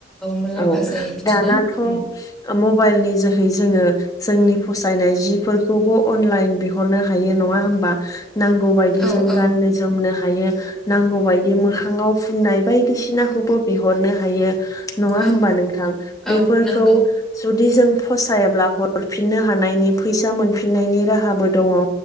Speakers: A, in the centre; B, on the left.
A: मुलाम्फा
B: औ
A: जायो बिदिनो
B: दानाथ'
A: उम
B: मबाइल नि जोहै जोंङो जोंनि फसायनाय जिफोरखौबो अनलाइन बिहरनो हायो नंङा नंङा होमबा? नांगौ बायदि
A: औ
B: जों
A: औ
B: गाननो जोमनो हायो नांगौबायायदि मोखाङाव फुननाय। बायदिसिनाखौबो बिहरनो हायो नंङा
A: औ
B: हबा नोंथां बेफोरखौ
A: औ नंगौ
B: जुदि जों फसायब्ला हरफिननो हानायनि फैसा मोनफिननायनि राहाबो दंङो।